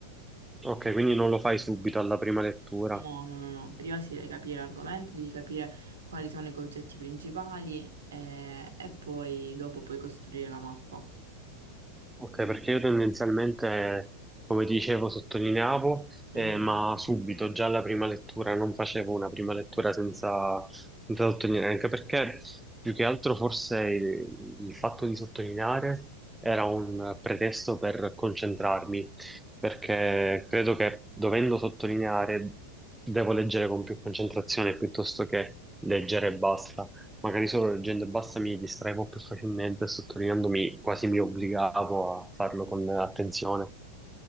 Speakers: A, in the centre; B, on the right.
A: Ok, quindi non lo fai subito alla prima lettura.
B: No, no, no, no. Prima si deve capire l'argomento, devi capire quali sono i concetti principali eh, e poi dopo puoi costruire la mappa.
A: Ok, perché io tendenzialmente, come ti dicevo, sottolineavo,
B: Mm.
A: eh, ma subito, già alla prima lettura, non facevo una prima lettura senza, senza sottolineare, anche perché più che altro forse il, il fatto di sottolineare era un pretesto per concentrarmi, perché credo che dovendo sottolineare devo leggere con più concentrazione piuttosto che leggere e basta. magari solo leggendo e basta mi distraevo più facilmente, e sottolineandomi quasi mi obbligavo a farlo con attenzione.